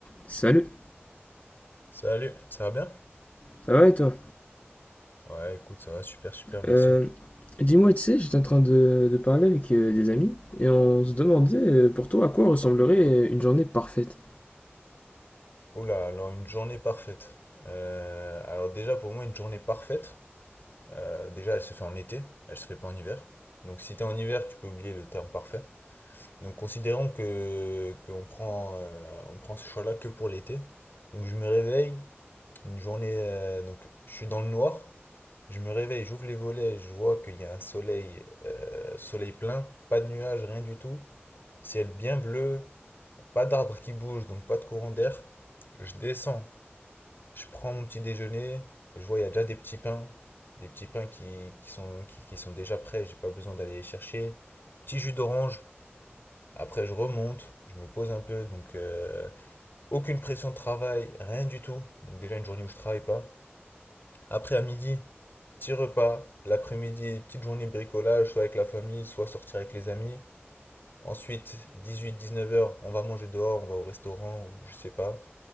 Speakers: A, on the left; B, on the left.
A: Salut,
B: Salut, ça va bien?
A: ça va et toi?
B: Ouais, écoute, ça va super, super, merci.
A: Euh, dis-moi, tu sais, j'étais en train de, de parler avec euh, des amis et on se demandait euh, pour toi à quoi ressemblerait euh, une journée parfaite.
B: Oula, alors une journée parfaite. Euh, alors déjà, pour moi, une journée parfaite, euh, déjà, elle se fait en été, elle se fait pas en hiver. Donc si t'es en hiver, tu peux oublier le terme parfait. Donc considérons que qu'on prend, euh, on prend ce choix-là que pour l'été. Donc je me réveille, une journée, euh, donc je suis dans le noir, je me réveille, j'ouvre les volets, je vois qu'il y a un soleil, euh, soleil plein, pas de nuages, rien du tout, ciel bien bleu. Pas d'arbres qui bougent, donc pas de courant d'air. Je descends, je prends mon petit déjeuner, je vois il y a déjà des petits pains, des petits pains qui, qui sont, qui, qui sont déjà prêts, j'ai pas besoin d'aller les chercher. Petit jus d'orange, après je remonte, je me pose un peu, donc euh, aucune pression de travail, rien du tout. Donc déjà une journée où je travaille pas. Après à midi, petit repas, l'après-midi, petite journée bricolage, soit avec la famille, soit sortir avec les amis. Ensuite, dix-huit à dix-neuf heures, on va manger dehors, on va au restaurant ou je sais pas.